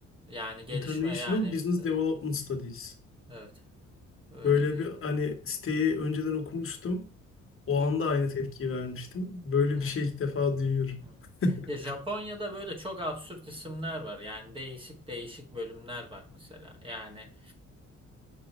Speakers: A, on the right (about 15°); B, on the left (about 45°).
A: Yani gelişme
B: International
A: yani
B: Business
A: işte,
B: Development Studies.
A: evet öyle
B: Böyle
A: bir
B: bir hani siteyi önceden okumuştum. O anda aynı tepkiyi vermiştim. Böyle
A: evet.
B: bir şey ilk defa duyuyorum.
A: Hı.
B: <laughs>
A: Ya Japonya'da böyle çok absürt isimler var. Yani değişik değişik bölümler var mesela. Yani